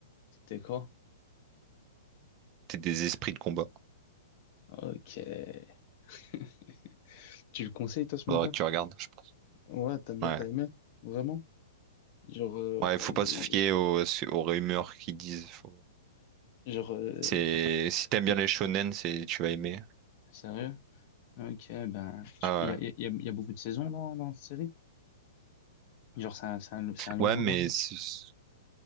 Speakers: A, on the left; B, on the right.
A: C'était quoi?
B: C'est des esprits de combat.
A: Ok. <laughs> Tu le conseilles, toi, ce
B: Faudrait
A: manga?
B: que tu regardes, je pense.
A: Ouais, t'as
B: Ouais.
A: t'as aimé? Vraiment? Genre, euh,
B: Ouais, faut pas
A: y-
B: se fier aux, aux rumeurs qui disent. Faut...
A: genre, euh,
B: C'est si t'aimes
A: y-
B: bien les shonen, c'est tu vas aimer.
A: sérieux? Ok, ben,
B: Ah
A: il y a, y a- y a- y a beaucoup de saisons dans, dans cette série? Genre, c'est un, c'est un, c'est un long
B: ouais.
A: manga?
B: Ouais, mais c'est-